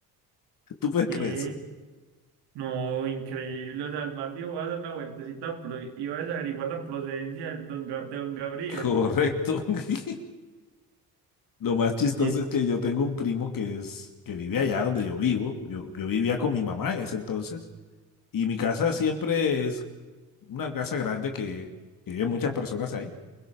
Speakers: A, on the left (about 55°); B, on the right (about 85°).
A: ¿Tú puedes
B: ¿Qué?
A: creer eso?
B: No, increíble. O sea, el man dijo, voy a hacer una vueltecita, pero iba a averiguar la procedencia del don Ga- de don Gabriel.
A: Correcto. <laughs> Lo más chistoso
B: Y en-
A: es que yo tengo un primo que es, que vive allá donde yo vivo. Yo, yo vivía con mi mamá en ese entonces. Y mi casa siempre es una casa grande que, que viven muchas personas ahí.